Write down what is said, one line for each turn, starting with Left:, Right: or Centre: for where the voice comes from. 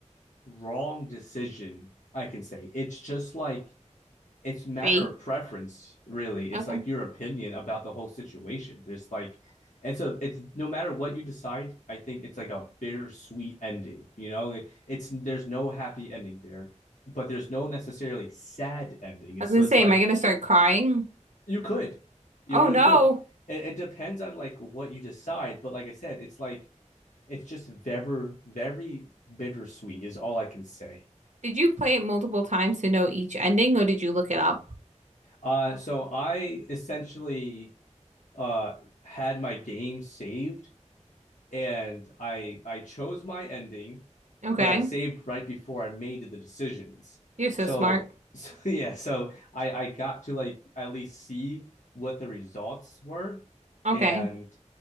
Left: wrong decision, I can say. It's just like it's a matter
Right: Fate.
Left: of preference, really. It's
Right: Okay.
Left: like your opinion about the whole situation. There's like, and so it's no matter what you decide, I think it's like a bittersweet ending. You know, it's there's no happy ending there, but there's no necessarily sad ending. It's
Right: I was gonna
Left: just
Right: say,
Left: like
Right: am I gonna start crying?
Left: you could, you
Right: Oh
Left: really
Right: no!
Left: could. It, it depends on like what you decide. But like I said, it's like it's just very very bittersweet is all I can say.
Right: Did you play it multiple times to know each ending, or did you look it up?
Left: Uh, so I essentially uh, had my game saved and I I chose my ending,
Right: Okay,
Left: but I saved right before I made the decisions.
Right: you're so
Left: So,
Right: smart. <laughs>
Left: <laughs> so yeah, so I I got to like at least see what the results were,
Right: Okay,
Left: and